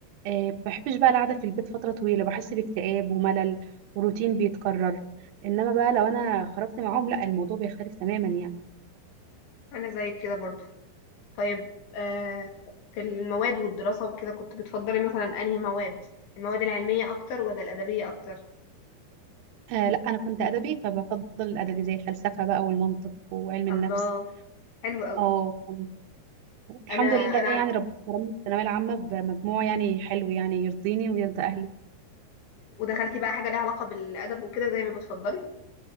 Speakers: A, on the right; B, on the left.
A: آه، بحبش بقى القعدة في البيت فترة طويلة بحس باكتئاب وملل وروتين بيتكرر انما بقى لو انا خرجت معاهم لا الموضوع بيختلف تماما يعني
B: انا زيك كده برضو طيب آه في المواد والدراسة وكده كنت بتفضلي مثلا انهي مواد المواد العلمية اكتر ولا الأدبية اكتر
A: آه لا انا كنت ادبي فبفضل الادبي زي الفلسفة بقى والمنطق وعلم النفس
B: الله حلو قوي
A: اه كان- الحمد
B: انا
A: لله
B: انا
A: يعني
B: عن-
A: ربنا كرمني في الثانوية العامة بمجموع يعني حلو يعني يرضيني ويرضى اهلي
B: ودخلتي بقى حاجة ليها علاقة بالأدب وكده زي ما بتفضلي